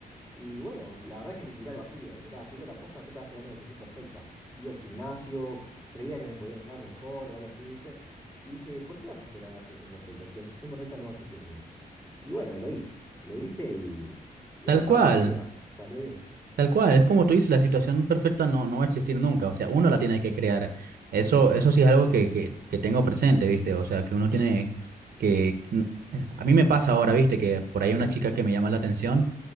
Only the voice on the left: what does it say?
Y bueno, la verdad que me tiré al vacío. Mirá, te digo la posta, yo estaba esperando la situación perfecta. Iba al gimnasio, creía que me podía dar mejor o algo así, ¿viste? Y dije, ¿por qué vas a esperar la situación perfecta? Si la situación perfecta no va a existir nunca. Y bueno, y lo hice. Lo hice y, y
acá estamos
hoy en día. Salió bien.